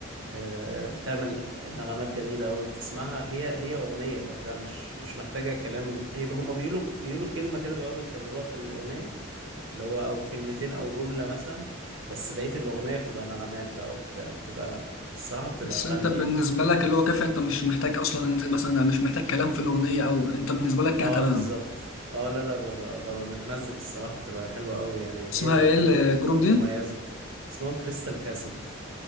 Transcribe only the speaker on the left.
بس
انت بالنسبه
لك اللي هو كافي انت مش محتاج اصلا انت مثلا مش محتاج كلام في الاغنيه او انت بالنسبه لك كانت
تمام
اسمها
ايه الجروب دي